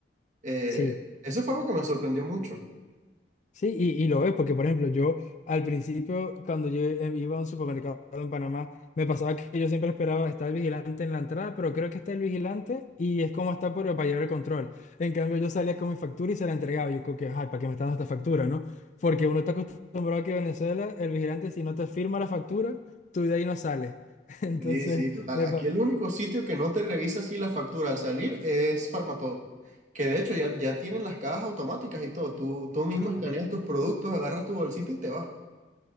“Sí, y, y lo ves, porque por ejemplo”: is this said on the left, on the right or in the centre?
Left